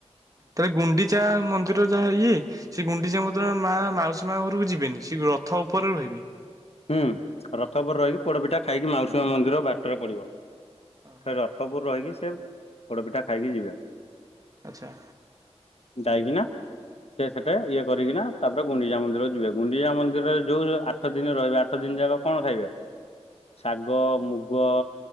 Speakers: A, on the right; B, on the left.
A: ତାେଲେ ଗୁଣ୍ଡିଚା ମନ୍ଦିର ଯାହା ଇଏ ସେ ଗୁଣ୍ଡିଚା ମ ମା ମାଉସୀ ମା ଘରକୁ ଯିବେନି ସେ ରଥ ଉପରେ ରହିବେ
B: ହୁଁ ରଥ ଉପରେ ରହିକି ପୋଡପିଠା ଖାଇକି ମାଉସୀ ମା ମନ୍ଦିର ବାଟରେ ପଡିବ।
A: ଓହୋ
B: ରଥପୁର ରହିକି ସେ ପୋଡ ପିଠା ଖାଇକି ଯିବେ।
A: ଆଛା।
B: ଯାଇକିନା ସେ ସେଠା ଇଏ କରିକିନା ତାପରେ ଗୁଣ୍ଡିଚା ମନ୍ଦିର ଯିବେ ଗୁଣ୍ଡି ଇଣ୍ଡିଚା ମନ୍ଦିରରେ ଯୋଉ ଆଠ ଦିନ ରହିବେ ଆଠ ଦିନ ଯାକ କଣ ଖାଇବେ? ଶାଗ ମୁଗ